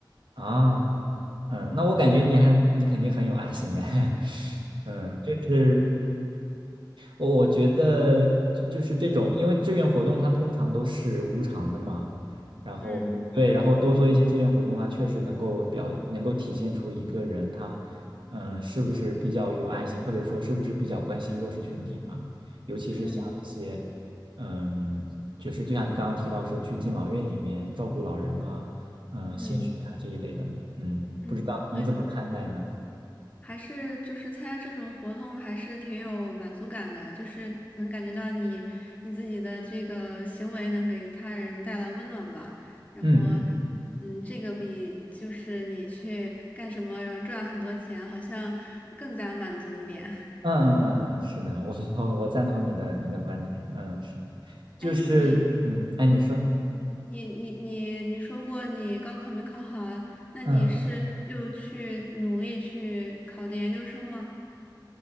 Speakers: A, on the right (about 80°); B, on the left (about 20°).
A: 啊嗯，那我感觉你还你肯定很有爱心哎，<laughs> 嗯，就是。我我觉得就就是这种，因为志愿活动它通常都是无偿的嘛，然后对，
B: 嗯
A: 然后多做一些志愿活动的话，确实能够表能够体现出一个人他嗯呃是不是比较有爱心，或者说是不是比较关心弱势群体吧，尤其是像一些
B: 嗯
A: 嗯，就是就像你刚刚提到说去敬老院里面照顾老人啊，嗯，
B: 嗯
A: 献血啊这一类的，嗯，
B: 嗯，
A: 不知道你怎么看待呢？
B: 对。还是就是参加这种活动还是挺有满足感的，就是能感觉到你你自己的这个行为能给他人带来温暖吧。然后，
A: 嗯
B: 嗯，这个比就是你去干什么然后赚很多钱，好像更加满足一点。<laughs>
A: 嗯嗯嗯嗯，是的，我我我赞同你的你的观点，嗯，是的，就是嗯，
B: 哎，你
A: 哎，你说，
B: 你你你你说过你高考没考好啊？那你是又去努力去考的研究生吗？
A: 嗯，